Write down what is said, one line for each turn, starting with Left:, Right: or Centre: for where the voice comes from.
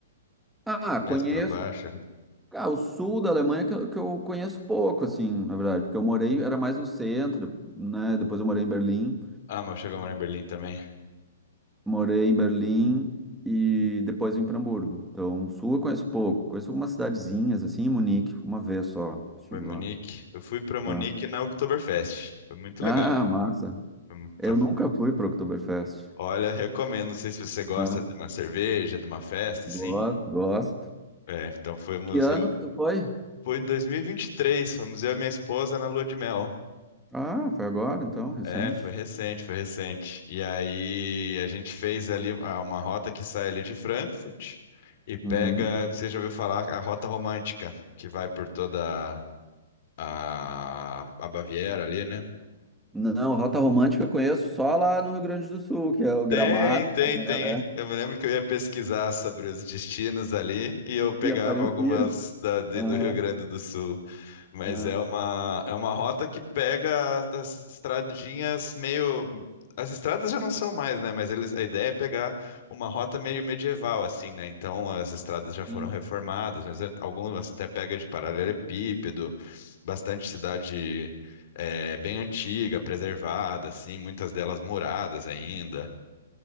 Centre: ah,
Left: Mais
Centre: conheço.
Left: pra baixo ali.
Centre: Ah, o sul da Alemanha que, eu- que eu conheço pouco, assim, na verdade, porque eu morei, era mais no centro, né? Depois eu morei em Berlim.
Left: Ah, mas eu cheguei a morar em Berlim também.
Centre: morei em Berlim e depois vim para Hamburgo. Então, o sul eu conheço pouco. Conheço algumas cidadezinhas, assim, em Munique, uma vez só estive
Left: Foi em Munique.
Centre: lá.
Left: Eu fui pra Munique
Centre: Ah,
Left: na Oktoberfest. Foi muito
Centre: Ah,
Left: legal.
Centre: massa.
Left: Foi muito
Centre: Eu
Left: pa-
Centre: nunca fui para Oktoberfest.
Left: Olha, recomendo. Não sei se você gosta
Centre: Ah,
Left: de uma cerveja, de uma festa,
Centre: gosto,
Left: assim.
Centre: gosto.
Left: É, então foi museu.
Centre: Que ano que tu foi?
Left: Foi em 2023. Fomos eu e minha esposa na lua de mel.
Centre: Ah, foi agora, então, recente.
Left: É, foi recente, foi recente. E aí a gente fez ali ah, uma rota que sai ali de Frankfurt e pega,
Centre: Uhum.
Left: não sei se já ouviu falar, a Rota Romântica, que vai por toda a, a Baviera ali, né?
Centre: Não, Rota Romântica eu conheço só lá no Rio Grande do Sul, que é o
Left: Tem,
Centre: Gramado,
Left: tem,
Centre: Canela,
Left: tem.
Centre: é,
Left: Eu me lembro que eu ia pesquisar sobre os destinos ali e eu pegava
Centre: e Aparecia.
Left: algumas da- de-
Centre: Aham,
Left: do Rio Grande do Sul. Mas
Centre: aham,
Left: é uma, é uma rota que pega as estradinhas meio. As estradas já não são mais, né? Mas eles, a ideia é pegar uma rota meio medieval, assim, né? Então as estradas já foram
Centre: sim.
Left: reformadas, mas algumas até pega de paralelepípedo, bastante cidade. é, bem antiga, preservada, assim, muitas delas muradas ainda.